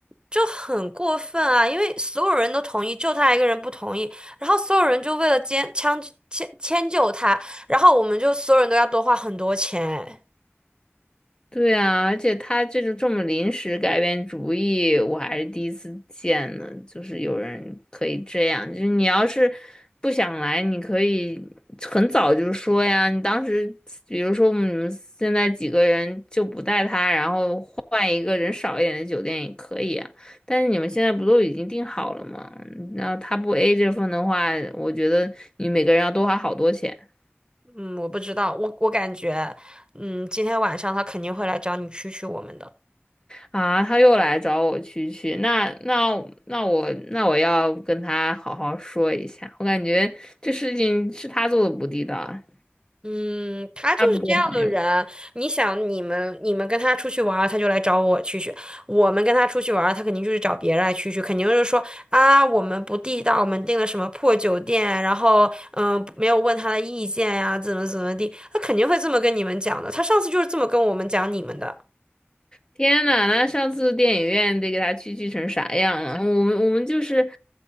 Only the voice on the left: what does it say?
对啊，而且他这种这么临时改变主意，我还是第一次见呢。就是有人可以这样，就是你要是不想来，你可以很早就说呀。你当时，比如说我们现在几个人就不带他，然后换一个人少一点的酒店也可以啊。但是你们现在不都已经订好了吗？然后他不 A 这份的话，我觉得你每个人要多花好多钱。
啊，他又来找我蛐蛐，那那那我那我要跟他好好说一下，我感觉这事情是他做的不地道啊，
他不够朋友。
天呐，那上次电影院得给他蛐蛐成啥样啊？我们我们就是